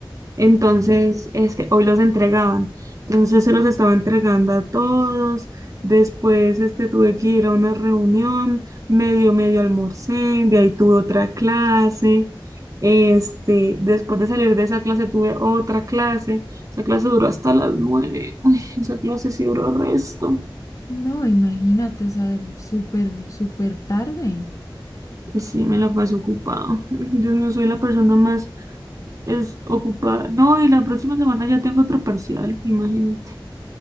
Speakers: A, on the right; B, on the left.
A: Entonces,
B: Ah,
A: este, hoy los entregaban. Entonces se los estaba entregando a todos. Después, este, tuve que ir a una reunión, medio, medio almorcé, de ahí tuve otra clase. Este, después de salir de esa clase tuve otra clase. Esa clase duró hasta las nueve. Uy, esa clase sí duró resto.
B: no, imagínate, o sea, súper, súper tarde.
A: Sí, me la pasé ocupado. <laughs> Yo no soy la persona más es ocupada. No, y la próxima semana ya tengo otro parcial, imagínate.